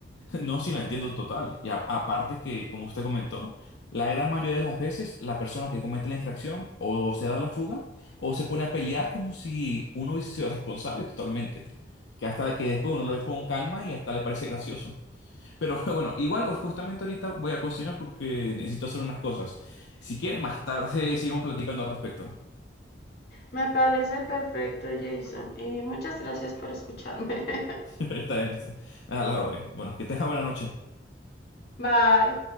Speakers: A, on the left; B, on the left.
A: No, sí, la entiendo total. Y a- aparte que, como usted comentó, la gran mayoría de las veces la persona que comete la infracción o se da la fuga o se pone a pelear como si uno hubiese sido <laughs> responsable totalmente. Que hasta que después uno lo ve con calma y hasta le parece gracioso. Pero <laughs> bueno, igual justamente ahorita voy a cocinar porque necesito hacer unas cosas. Si quiere, más tarde <laughs> seguimos platicando al respecto.
B: me parece perfecto, Jason, y muchas gracias por escucharme. <laughs>
A: <laughs> Siempre está en- a la orden. Bueno, que tenga buena noche.
B: Bye.